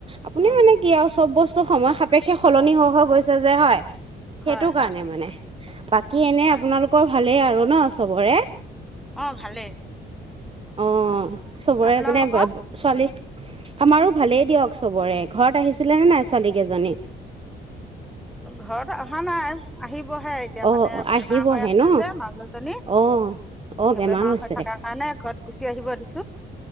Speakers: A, on the right (about 30°); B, in the centre.
A: আপুনি
B: অ
A: মানে কি আৰু চব বস্তু সময় সাপেক্ষে সলনি হৈ হৈ গৈছে যে হয় সেইটো
B: হয়
A: কাৰণে
B: হয়
A: মানে উ বাকী এনে
B: হয়
A: আপোনালোকৰ ভালেই আৰু ন চবৰে
B: অ ভালেই
A: অ
B: আহ,
A: চবৰে
B: আপোনালোকৰ
A: মানে ছোৱালী আমাৰো ভালেই দিয়ক চবৰে ঘৰত আহিছিলে নে নাই ছোৱালী কেইজনী
B: ঘৰত অহা নাই। আহিবহে, এতিয়া
A: অ
B: মানে বেমাৰ
A: আহিবহে
B: হৈ আছে
A: ন
B: যে, মানুহজনী
A: অ অ
B: বেমাৰ
A: হৈছে
B: হৈ থকাৰ কাৰণে ঘৰত গুচি আহিব দি।